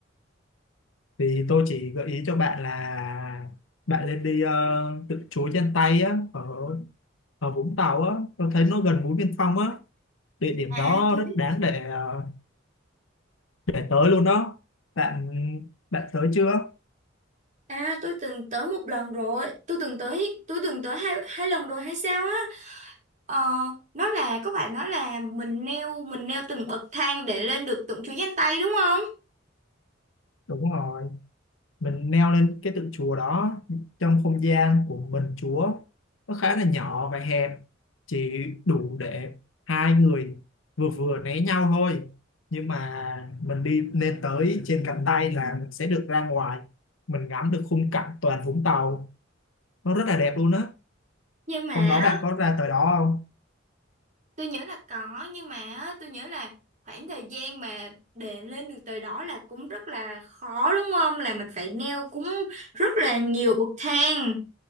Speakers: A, on the left; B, on the right.
A: thì tôi chỉ gợi ý cho bạn là bạn lên đi uh, tự chuối trên tay á ở ở Vũng Tàu á tôi thấy nó gần mũi Biên Phong á địa điểm
B: à
A: đó
B: tôi
A: rất
B: biết
A: đáng để ờ, để tới luôn đó bạn bạn tới chưa
B: à tôi từng tới một lần rồi tôi từng tới tôi từng tới hai hai lần rồi hay sao á ờ, nó là các bạn nói là mình neo mình neo từng bậc thang để lên được từng chuỗi danh tay đúng không
A: đúng rồi mình leo lên cái tượng chùa đó trong không gian của mình chúa nó khá là nhỏ và hẹp chỉ đủ để hai người vừa vừa né nhau thôi nhưng mà mình đi lên tới trên cánh tay là mình sẽ được ra ngoài mình ngắm được khung cảnh toàn Vũng Tàu nó rất là đẹp luôn á
B: nhưng mà
A: hôm đó bạn có ra tới đó không
B: Tôi nhớ là có nhưng mà á, tôi nhớ là khoảng thời gian mà để lên được tới đó là cũng rất là khó đúng không? Là mình phải leo cũng rất là nhiều bậc thang,